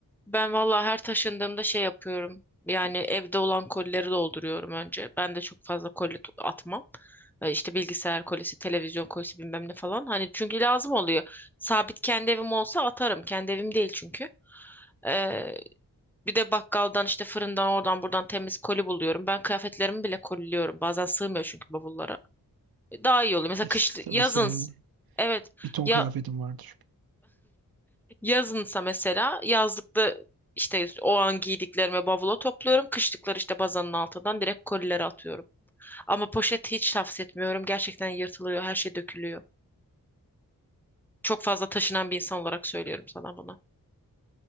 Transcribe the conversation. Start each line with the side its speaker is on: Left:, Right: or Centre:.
Centre: Ben valla her taşındığımda şey yapıyorum. Yani evde olan kolileri dolduruyorum önce. Ben de çok fazla koli tu- atmam. Ee, İşte bilgisayar kolisi, televizyon kolisi bilmem ne falan. Hani çünkü lazım oluyor. Sabit kendi evim olsa atarım. Kendi evim değil çünkü. Ee, bir de bakkaldan işte fırından oradan buradan temiz koli buluyorum. Ben kıyafetlerimi bile koliliyorum. Bazen sığmıyor çünkü bavullara. Daha iyi oluyor. Mesela
Right: E,
Centre: kış
Right: s- tabii
Centre: yazın
Right: senin
Centre: Evet.
Right: bir ton
Centre: Ya
Right: kıyafetin vardır.
Centre: Yazınsa mesela yazlıkta işte o an giydiklerimi bavula topluyorum. Kışlıkları işte bazanın altından direkt kolilere atıyorum. Ama poşet hiç tavsiye etmiyorum. Gerçekten yırtılıyor, her şey dökülüyor. Çok fazla taşınan bir insan olarak söylüyorum sana bunu.